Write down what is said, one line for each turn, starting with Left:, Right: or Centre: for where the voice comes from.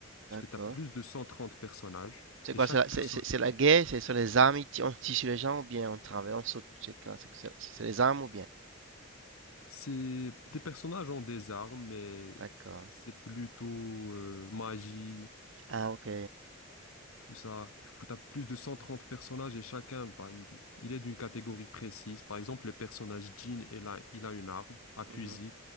Left: parce
Right: D'accord.
Left: que tu as plus de 130 personnages.
Right: C'est
Left: Et
Right: quoi?
Left: chaque
Right: C'est la,
Left: personne,
Right: c'est, c'est- c'est la guerre? C'est sur les armes? ils ti- On tire sur les gens ou bien on travaille? On saute? C'est quoi? C'est c'est- c'est les armes ou bien?
Left: c'est des personnages ont des armes, mais
Right: D'accord.
Left: c'est plutôt euh, magie.
Right: Ah, ok.
Left: tout ça. Du coup, tu as plus de 130 personnages et chacun, bah, il, il est d'une catégorie précise. Par exemple, le personnage Jean, il a, il a une arme, un fusil,
Right: Mhm.